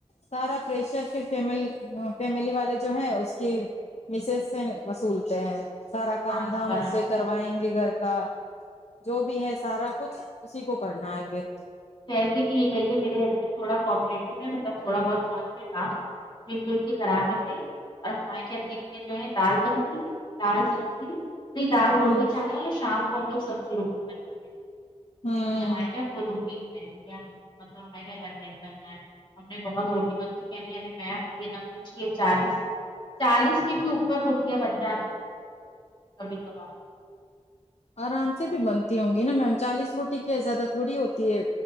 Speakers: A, on the left (about 65°); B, on the left (about 40°).
A: سارا پریشر پھر فم فیملی والے جو ہیں اس کی مسز سے وصولتے ہیں سارا کام
B: ہاں
A: دھام
B: بس
A: اس سے کروائیں گے گھر کا جو بھی ہے سارا کچھ اسی کو کرنا ہے پھر
B: کیسے کی یہ گئی ہے میرے ہسبینڈ تھوڑا کوپریٹیو ہے مطلب تھوڑا بہت م کام دیکھ دیکھ کی کرا دیتے اور مائ کیا دن میں جو ہے دال بنتی ہے دال سبزی نہیں دال روٹی
A: ہوں
B: چاول شام کو ہم لوگ سبزی روٹی بناتے
A: ہوں
B: ہیں آ کیا بولو ہے بانی مطلب ہم بن بننا ہے ہم نے بہت روٹی متی کہنی ارے میں یہ نہ پوچھیے چالیس چالیس کے بھی اوپر بھی بن جاتی ہےکبھی کبھار
A: آرام
B: ہمارے
A: سے بھی بنتی
B: لیے۔
A: ہوں گی نا میم چالیس روٹی کی زیادہ تھوڑی ہوتی ہے